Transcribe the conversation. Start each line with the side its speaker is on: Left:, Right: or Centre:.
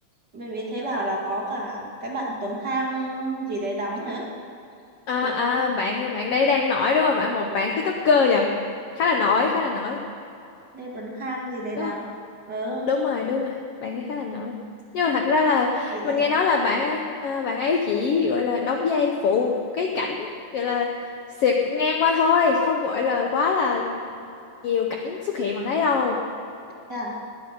Right: bởi vì thế bảo là có cả cái bạn Tuấn Khang gì đấy đóng nữa
Left: à,
Right: Lật
Left: à bạn bạn đây đang nổi đúng không bạn một bạn TikToker nhỉ khá là nổi khá là nổi
Right: Lê Tuấn Khang gì đấy
Left: đúng
Right: đóng ờ
Left: không? đúng
Right: xong
Left: rồi đúng rồi bạn ấy khá là nổi nhưng mà thật ra là
Right: Kiên gì đấy
Left: mình nghe nói là bạn ấy à, bạn ấy chỉ gọi là đóng vai phụ cái cảnh gọi là xẹt ngang qua thôi không gọi là quá là nhiều cảnh xuất hiện bằng đấy đâu
Right: Thế à,